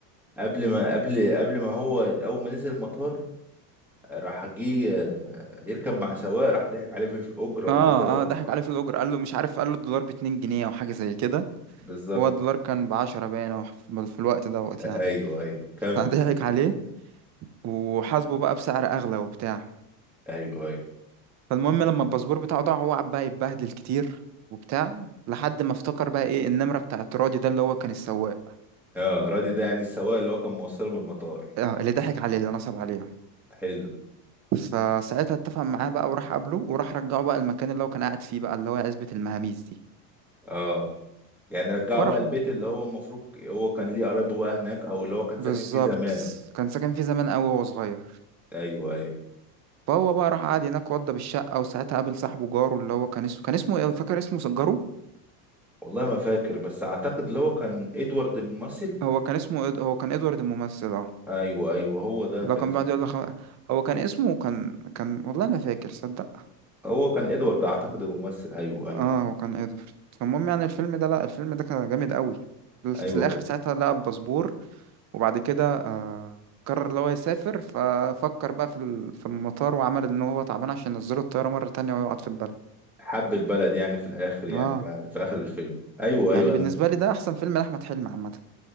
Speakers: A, in the centre; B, on the right.
A: قبل ما قبل قبل ما هو اول ما نزل المطار آه، راح جه آه، يركب مع سواق راح ضحك عليه في في الاجره وكده
B: اه
A: و...
B: اه ضحك
A: و...
B: عليه في الاجر قال له مش عارف قال له الدولار ب 2 جنيه او حاجه زي كده
A: بالظبط
B: هو الدولار كان ب 10 باين أو في في الوقت دوت
A: آه،
B: يعني
A: ايوه ايوه كمل
B: <laughs> فضحك
A: مو.
B: عليه وحاسبه بقى بسعر اغلى وبتاع
A: ايوه ايوه
B: فالمهم لما الباسبور بتاعه ضاع هو قعد بقى يتبهدل كتير وبتاع لحد ما افتكر بقى ايه النمره بتاعت راضي ده اللي هو كان السواق
A: اه رادي ده يعني السواق اللي هو كان موصله من المطار
B: آه اللي ضحك عليه اللي نصب عليه
A: حلو
B: فساعتها اتفق معاه بقى وراح قابله وراح رجعه بقى المكان اللي هو كان قاعد فيه بقى اللي هو عزبة المهاميز دي
A: اه يعني رجعه
B: فراح
A: بقى البيت
B: ب-
A: اللي هو المفروض هو كان ليه قرايبه بقى هناك او اللي هو كان
B: بالظبط
A: ساكن فيه زمان
B: كان ساكن فيه زمان قوي وهو صغير
A: ايوه ايوه
B: فهو بقى راح قعد هناك وضى بالشقة وساعتها قابل صاحبه جاره اللي هو كان اسمه كان اسمه ايه فاكر اسمه س- جاره
A: والله ما فاكر بس اعتقد اللي هو كان ادوارد الممثل
B: هو كان اسمه إد... هو كان ادوارد الممثل اه
A: ايوه ايوه هو ده
B: لو
A: كان
B: كان
A: اسمه
B: بيقعد يقول لك خم... هو كان اسمه كان كان والله ما فاكر صدق
A: هو كان ادوارد اعتقد الممثل ايوه
B: اه
A: ايوه
B: هو كان ادوارد فالمهم يعني الفيلم ده لا الفيلم ده كان جامد قوي في
A: ايوه
B: الاخر ساعتها لقى الباسبور وبعد كده آه قرر اللي هو يسافر ففكر بقى في ال... في المطار وعمل ان هو تعبان عشان ينزله الطيارة مرة تانية ويقعد في البلد
A: حب البلد يعني في الاخر يعني
B: اه
A: بعد في اخر الفيلم ايوه ايوه
B: يعني بالنسبة
A: انت
B: لي ده احسن فيلم لأحمد حلمي عامة